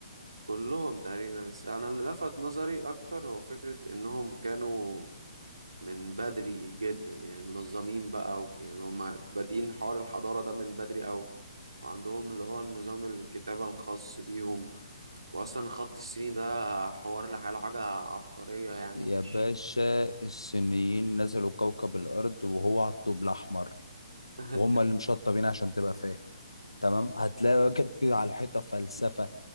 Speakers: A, on the right; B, on the left.
A: كلهم تقريبا بس أنا اللي لفت نظري أكتر هو فكرة إنهم كانوا من بدري جدا يعني منظمين بقى و- يعني هم بادئين حوار الحضارة ده من بدري أوي وعندهم اللي هو نظام الكتابة الخاص بيهم وأصلا خط الصيني ده حوار لحاله حاجة عبقرية يعني
B: يا
A: مش
B: باشا الصينيين نزلوا كوكب الارض وهو على الطوب الاحمر
A: <laughs>
B: وهم اللي مشطبين عشان تبقى فاهم تمام هتلاقي واجد على الحيطه فلسفه